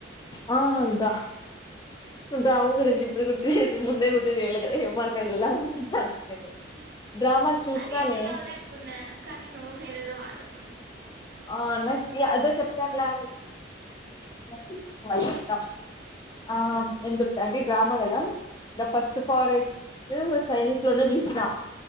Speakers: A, on the left; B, on the right.
A: ఆ దా డ్రామా గురించి ఇప్పుడు గుర్తు చేసి ముందే గుర్తు చేయాలి కదా ఏం మాట్లాడలో అని చూస్తాన్న నేను డ్రామా చూసినానే
B: అది ఎత్తుతావలే అనుకున్నా కానీ నువ్వు ఏదేదో మాట్లాడుతున్నావు
A: ఆ నాకు అదో చెప్తాన్నా <unintelligible> ఆ ఏం చెప్తా అంటె డ్రామా గదా ద ఫస్ట్ ఫారెస్ట్ చైనీస్ లోనే జుసిన